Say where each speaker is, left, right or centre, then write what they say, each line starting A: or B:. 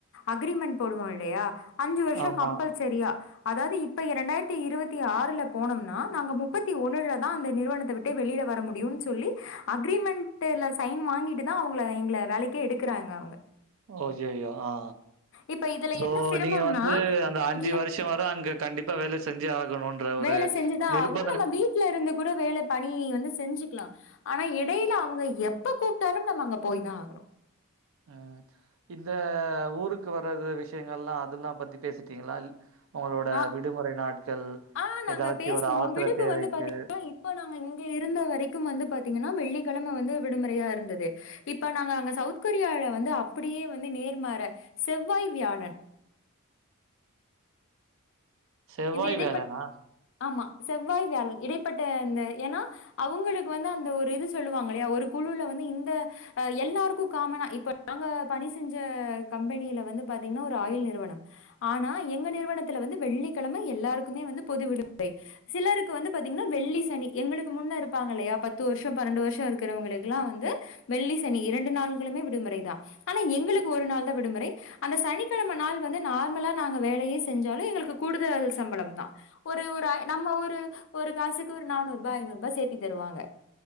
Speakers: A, on the left; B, on the right.
A: அக்ரிமெண்ட் போடுவோம் இல்லையா அஞ்சு வருஷம்
B: ஆமா.
A: கம்பல்சரியா அதாவது இப்ப இரண்டாயிரத்தி இருபத்தி ஆறுல போனோம்னா நாங்க முப்பத்தி ஒன்னுல தா அந்த நிறுவனத்த விட்டே வெளியில வர முடியுன் சொல்லி அக்ரிமெண்ட்டுல சைன் வாங்கிட்டு தா அவுங்கள எங்கள வேலைக்கே எடுக்குறாங்க அவுங்க
B: ஓகே ஓகே ஆ
A: இப்ப இதுல
B: சோ
A: என்ன சிரமம்னா,
B: நீங்க வந்து அந்த அஞ்சு
A: இதுல
B: வருஷ வர அங்க கண்டிப்பா வேல செஞ்சே ஆகணூன்ற ஒரு
A: வேல செஞ்சுதா
B: நிர்ப
A: ஆகணு நம்ம வீட்ல இருந்து கூட வேல பணி வந்து செஞ்சுக்கலா ஆனா எடைல அவுங்க எப்ப கூப்ட்டாலும் நம்ம அங்க போய் தா ஆகணு
B: உம் இந்த ஊருக்கு வர்றது விஷயங்கள் எல்லா அதெல்லா பத்தி பேசிட்டீங்களா உங்களோட
A: அ
B: விடுமுறை நாட்கள்,
A: ஆ நாங்க
B: ஏதாச்சும்
A: பேசுனோ
B: ஒரு அவசர
A: விடுப்பு
B: தேவைக்கு
A: வந்து பாத்தீங்கனா இப்ப நாங்க இங்க இருந்த வரைக்கு வந்து பாத்தீங்கனா வெள்ளி கெழம வந்து விடுமுறையா இருந்தது இப்ப நாங்க அங்க சவுத் கொரியால வந்து அப்டியே வந்து நேர்மாற செவ்வாய் வியாழன்
B: செவ்வாய்
A: இந்த இடைப்பட்ட
B: வியாழனா
A: ஆமா செவ்வாய் வியாழன் இடைப்பட்ட இந்த ஏன்னா அவுங்களுக்கு வந்து அந்த ஒரு இது சொல்லுவாங்க இல்லயா ஒரு குழுல வந்து இந்த எல்லாருக்கு காமனா இப்ப நாங்க பணி செஞ்ச கம்பெனியில வந்து பாத்தீங்கனா ஒரு ஆயில் நிறுவனம் ஆனா எங்க நிறுவனத்ல வந்து வெள்ளி கெழம எல்லாருக்குமே வந்து பொதுவிடுமுறை சிலருக்கு வந்து பாத்தீங்னா வெள்ளி சனி எங்களுக்கு முன்ன இருப்பாங்க இல்லையா பத்து வருஷோ பண்ணென்டு வருஷோ இருக்றவங்களுக்கு வெள்ளி சனி இரண்டு நாள்களுமே விடுமுறை தா ஆனா எங்களுக்கு ஒரு நாள் தா விடுமுறை அந்த சனிக்கெழம நாள் வந்து நார்லா நாங்க வேலயே செஞ்சாலு எங்களுக்கு கூடுதல் சம்பளம் தா ஒரு ஒரு நம்ம ஒரு ஒரு காசுக்கு ஒரு நானூறு ரூபா ஐநூறு ரூபா சேத்தி தருவாங்க